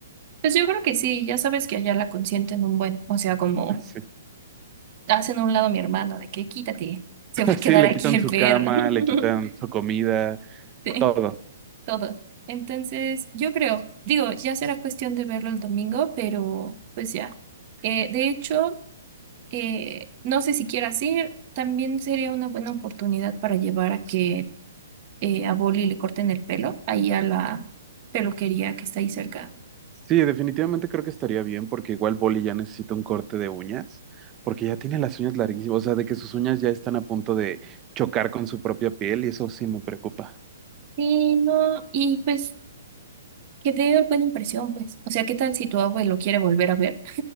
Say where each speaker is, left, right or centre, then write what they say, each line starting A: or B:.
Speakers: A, on the right (about 45°); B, on the right (about 25°).
A: Pues yo creo que sí, ya sabes que allá la consienten un buen, o sea, como
B: Sí. <laughs>
A: hacen a un lado a mi hermano, de que quítate, se va a quedar
B: Sí, le
A: aquí
B: quitan
A: el
B: su
A: perro,
B: cama,
A: <laughs>
B: le quitan su comida,
A: sí,
B: todo.
A: todo. Entonces, yo creo, digo, ya será cuestión de verlo el domingo, pero pues ya. Eh, de hecho, eh, no sé si quieras ir, también sería una buena oportunidad para llevar a que eh, a Boli le corten el pelo, ahí a la peluquería que está ahí cerca.
B: Sí, definitivamente creo que estaría bien porque igual Boli ya necesita un corte de uñas, porque ya tiene las uñas larguísimas, o sea, de que sus uñas ya están a punto de chocar con su propia piel y eso sí me preocupa.
A: sí no, y pues Que te dio buena impresión, pues. O sea, ¿qué tal si tu abuelo quiere volver a ver?